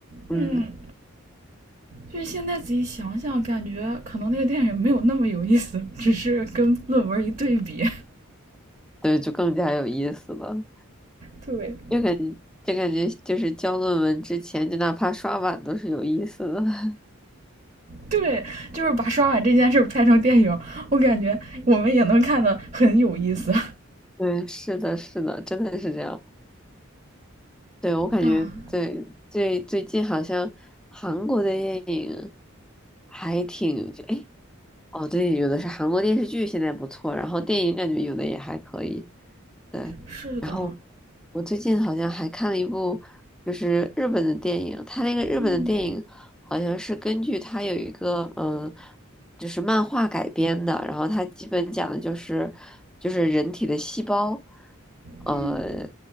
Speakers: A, in the centre; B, on the right.
A: 嗯，
B: 嗯，就是现在仔细想想，感觉可能那个电影没有那么有意思，只是跟论文一对比，
A: 对，就更加有意思了。
B: 对。<laughs>
A: 就感觉就感觉就是交论文之前，就哪怕刷碗都是有意思的。
B: 对，就是把刷碗这件事拍成电影，我感觉我们也能看得很有意思。
A: <laughs> 对，是的，是的，真的是这样。对，我感觉对，
B: 啊，
A: 最最近好像韩国的电影还挺，就哎，诶哦，对，有的是韩国电视剧，现在不错，然后电影感觉有的也还可以，对。
B: 是的，
A: 然后我最近好像还看了一部，就是日本的电影，它那个日本的电影好像是根据它有一个嗯，
B: 嗯
A: 呃就是漫画改编的，然后它基本讲的就是就是人体的细胞，
B: 嗯，
A: 呃，